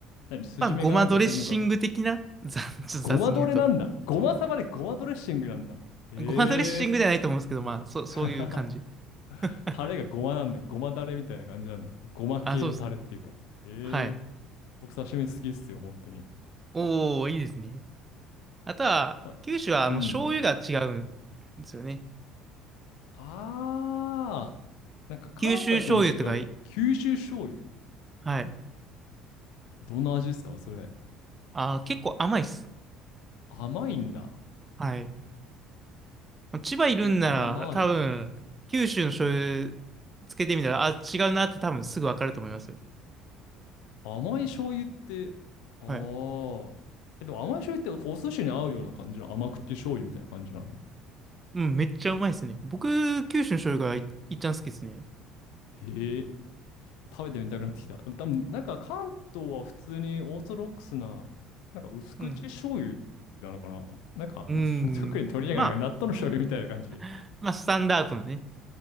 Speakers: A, on the left; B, on the right.
A: 何、筋目かなんかするのか。
B: まあ、ごまドレッシング的な、ざちょっと雑に言うと。
A: ごまドレなんだ。ごまサバでごまドレッシングなんだ。へえ。
B: ごまドレッシングじゃないと思うんですけど、まあ、そ、そういう感じ。
A: <laughs>
B: <laughs>
A: タレがごまなんだ。ごまだれみたいな感じなんだ。ごま系のタレっていうか。
B: あ、そうですね。
A: へえ。
B: はい。
A: 僕刺身好きっすよ、本当に。
B: おー、いいですね。あとは、
A: ま、
B: 九州はあの醤油が違うんですよね。
A: うん。あー、なんか関西とも違う。
B: 九州醤油とかい、
A: 九州醤油。
B: はい。
A: どんな味ですかそれ。
B: あー、結構甘いっす。
A: 甘いんだ。
B: はい。千葉いるんなら、
A: え、あ、甘い。
B: 多分、九州の醤油つけてみたら、あ、違うなって多分すぐわかると思いますよ。
A: 甘い醤油って、ああ。
B: はい。
A: え、でも甘い醤油ってお寿司に合うような感じの甘口醤油みたいな感じなの。
B: うん、めっちゃうまいですね。僕、九州の醤油がい、いっちゃん好きですね。
A: へえ、食べてみたくなってきた。多分なんか関東は普通にオーソドックスな、なんか薄口醤油なのかな。
B: うん。
A: なんか、
B: うーん。
A: <laughs> 特に取り上げない、
B: まあ、
A: なんか納豆の醤油みたいな感じ。
B: <laughs> まあ、スタンダードのね。